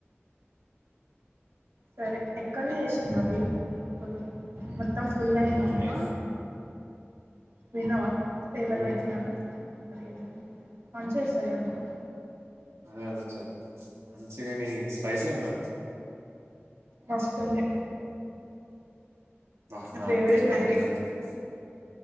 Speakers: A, on the right (about 65°); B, on the right (about 85°).
A: సరే ఎక్కాల ఎసన్ అభి అంకులూ మొత్తం ఫుల్ అయ్యిందామ్మ
B: హ్మ్. నీ
A: విన్నవా పేపర్
B: హ్మ్.
A: పెట్టినా అదేడ పనిచేస్తాయా అంకుల్
B: అదే అదే చెప్ప మంచిగాని స్పైసీ ఉందా
A: మస్తుంది
B: వాహ నా
A: ఫేవరెట్
B: కూడా తినబుద్ధి
A: మ్యాగీ
B: అయితుంది